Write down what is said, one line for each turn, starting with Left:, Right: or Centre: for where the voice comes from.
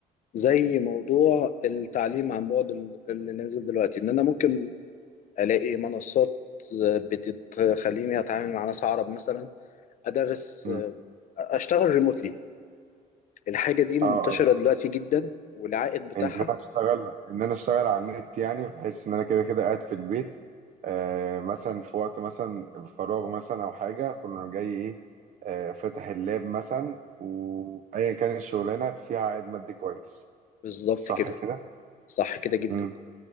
Left: زي موضوع التعليم عن بعد ال- اللي نازل دلوقتي ان انا ممكن الاقي منصات بتخليني اتعامل مع ناس عرب مثلا ادرس
Right: امم
Left: اشتغل ريموتلي الحاجه دي منتشره
Right: اه اه
Left: دلوقتي جدا والعائد بتاعها
Right: ان انا اشتغل ان انا اشتغل على النت يعني بحيث ان انا كده كده قاعد في البيت آه مثلا في وقت مثلا فراغ مثلا او حاجه كنا جاي ايه آه فاتح اللاب مثلا وايا كانت الشغلانه فيها عائد مادي كويس
Left: بالظبط
Right: صح
Left: كده
Right: كده
Left: صح كده جدا
Right: امم